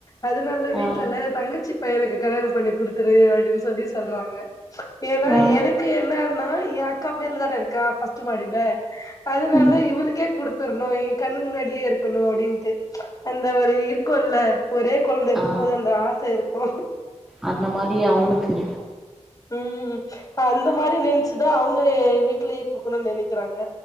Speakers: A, on the left; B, in the centre.
A: அதுனால வீட்லல்லா
B: ஆ ஆ
A: ஏ தங்கச்சி பையனுக்கு கல்யாணம் பண்ணி குடுத்துரு அப்டின் சொல்லி சொல்றாங்க ஏனா
B: ஆ
A: எனக் கு என்னனா ஏ அக்கா மேல தான இருக்கா ஃபஸ்ட்டு மாடில அது நாள்தா
B: ம்
A: இவளுக்கே குடுத் த்துரணு ஏ கண் முன்னாடியே இருக்கணு அப்டின்ட்டு அந்த ஒரு இருக்குல்ல ஒரே கொழந்தை இருக்கும்
B: ஆ
A: போது அந்த ஆச இருக்கு
B: அந்த மாரி அவளுக்கு
A: உம் அந்த மாதிரி நெனைச்சுதா அவுங்க வீட்லயே குடுக்கணுன்னு நெனைக்கிறாங்க